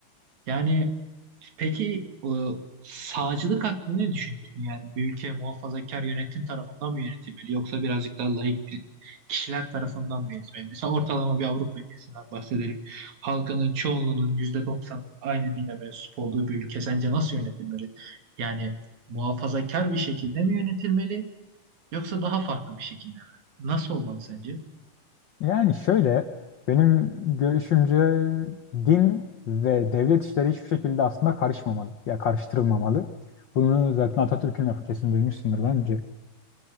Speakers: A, on the right; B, on the left.
A: Yani Peki e, sağcılık hakkında ne düşünüyorsun? Yani bir ülke muhafazakar yönetim tarafından mı yönetilmeli yoksa birazcık daha laik bir kişiler tarafından mı yönetilmeli? Mesela ortalama bir Avrupa ülkesinden bahsedelim. Halkının çoğunluğunun %90'ın aynı dine mensup olduğu bir ülke sence nasıl yönetilmeli? Yani muhafazakar bir şekilde mi yönetilmeli yoksa daha farklı bir şekilde mi? Nasıl olmalı sence?
B: Yani şöyle benim görüşümce din ve devlet işleri hiçbir şekilde aslında karışmamalı. Ya karıştırılmamalı. Bunu zaten Atatürk'ün lafı kesin duymuşsundur bence.